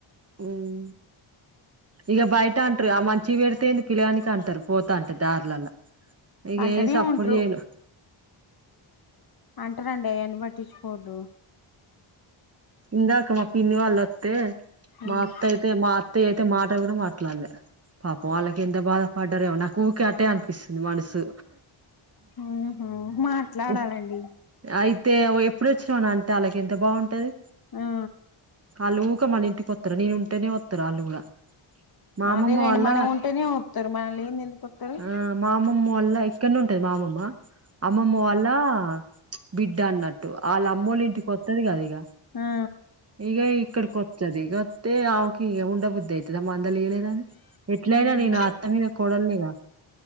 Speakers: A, on the right; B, on the left.
A: ఉమ్ ఇగ బయటంటరుగా మంచియి పెడితేంది పిలగానికంటరు పోతాంటే దార్లల్ల ఇగేమ్
B: అంటనే
A: సప్పుడు
B: ఉంట్రు
A: జేయను
B: అంటరండి అయన్నీ పట్టిచ్చుకోవద్దు
A: ఇందాక మా పినివాళ్ళత్తే
B: ఉమ్
A: మా అత్తయ్ తే మా అత్తయ్య అయితే మాట గూడా మాట్లాడ్లే పాపం వాళ్ళకెంత బాధపడ్డరో ఏమో నాకు ఊకే అటే అనిపిస్తుంది మనసు
B: ఆహా మాట్లాడాలండి
A: ఉట్ అయితే ఎప్పుడు వోచ్చినవనన్ టె ఆళ్ళ కెంత బావుంటది
B: ఆ
A: వాళ్లు ఊక మన ఇంటికి ఒత్తర నేను ఉంటేనే వత్తరు వాళ్లు గూడా మాఅమ్మమ్మ
B: అదేలేండి
A: వాల్ళ
B: మనం ఉంటేనే వత్తరు మనం లేంది ఎందుకు వత్తరు
A: ఆ మాఅమ్మమ్మ వాల్ళ ఇక్కడనే ఉంటది మాఅమమ్మ అమ్మమ్మ వాళ్ ళ్లా బిడ్డ అన్నట్టు ఆళ్ల అమ్మోళ్ళ ఇంటికి ఒత్తది కద ఇగ
B: ఆ
A: ఇగ ఇక్కడికొత్తది ఇగ ఒత్తే ఆమకి ఇగ ఉండబుద్దయితదా మందలియ్యలేదని ఎట్లయినా
B: ఉమ్
A: నేను అత్త మీద కోడల్నిగా